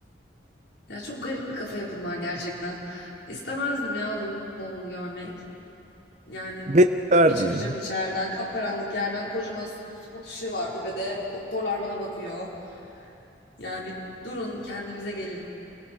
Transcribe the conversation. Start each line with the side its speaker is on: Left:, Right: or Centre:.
Left: Ya çok garip bir kafa yapın var gerçekten. İstemezdim ya doğumumu görmek. Yani
Right: Ben isterdim
Left: bir çıkacağım
Right: ya.
Left: içeriden, kapkaranlık yerden kocaman s- spot ışığı var tepede. Doktorlar bana bakıyor. Yani bir durun kendimize gelelim.